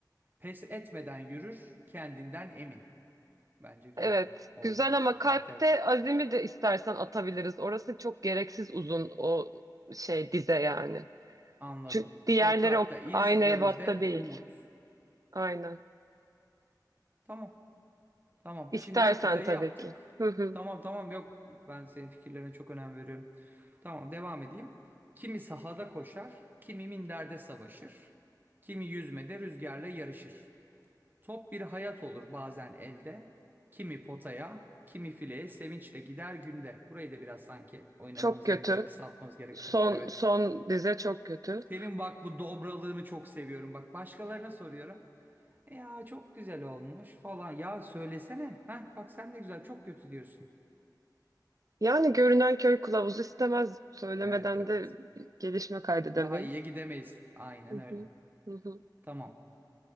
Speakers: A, on the right; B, on the right.
A: Pes etmeden yürür, kendinden emin. Bence güzel.
B: Evet,
A: Oldu.
B: güzel ama kalpte
A: Evet evet
B: azimi de istersen atabiliriz. Orası çok gereksiz uzun o şey dize yani.
A: anladım.
B: Çünkü diğerleri
A: Toprakta
B: o
A: iz,
B: aynı
A: gözde
B: ebatta değil.
A: umut.
B: Aynen.
A: Tamam. Tamam.
B: İstersen
A: Şimdi ilk kıtayı
B: tabii
A: yaptık.
B: ki. <laughs>
A: Tamam tamam yok. Ben senin fikirlerine çok önem veriyorum. Tamam devam edeyim. Kimi sahada koşar, kimi minderde savaşır, kimi yüzmede rüzgarla yarışır. Top bir hayat olur bazen elde, kimi potaya, kimi fileye sevinçle gider günde. Burayı da biraz sanki oynamamız
B: Çok kötü.
A: gerekecek, kısaltmamız gerekecek.
B: Son
A: Evet.
B: son dize çok kötü.
A: Senin bak bu dobralığını çok seviyorum. Bak başkalarına soruyorum. Ya çok güzel olmuş falan. Ya söylesene. Ha bak sen de güzel çok kötü diyorsun.
B: Yani görünen köy kılavuzu istemez. Söylemeden
A: Evet evet.
B: de bir gelişme kaydedemeyiz.
A: Daha iyiye gidemeyiz. Aynen
B: Hı
A: öyle.
B: hı, hı hı.
A: Tamam.